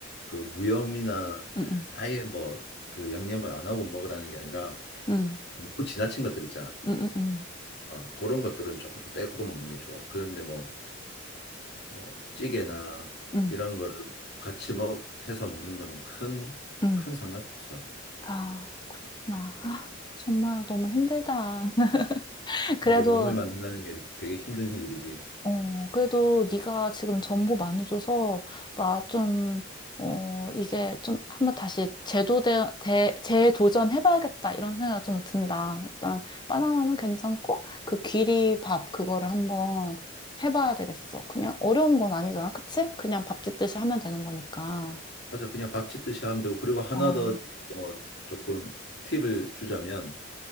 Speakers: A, on the left (about 55°); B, on the left (about 20°).
A: 그 무염이나
B: 응, 응.
A: 아예 뭐 그 양념을 안 하고 먹으라는 게 아니라
B: 응.
A: 너무 지나친 것들 있잖아.
B: 음, 음,
A: 아, 그런 것들은 조금 빼고 먹는 게 좋아. 그런데 뭐, 뭐, 찌개나
B: 음,
A: 이런 거를 같이 먹, 해서 먹는 거는 큰,
B: 음.
A: 큰
B: 음.
A: 상관없어.
B: 아, 그렇구나. 아, 정말 너무 힘들다. <laughs> 그래도,
A: 이게 몸을 만든다는 게 되게 힘든 일이지.
B: 어, 그래도 네가 지금 정보 많이 줘서, 나 좀, 어, 이제 좀 한번 다시 재도대, 대, 재도전해봐야겠다. 이런 생각 좀 든다. 일단, 바나나는 괜찮고, 그 귀리밥, 그거를 한번 해봐야 되겠어. 그냥 어려운 건 아니잖아. 그치? 그냥 밥 짓듯이 하면 되는 거니까.
A: 맞아, 그냥 밥 짓듯이 하면 되고. 그리고 하나
B: 어,
A: 더 뭐, 조금 팁을 주자면,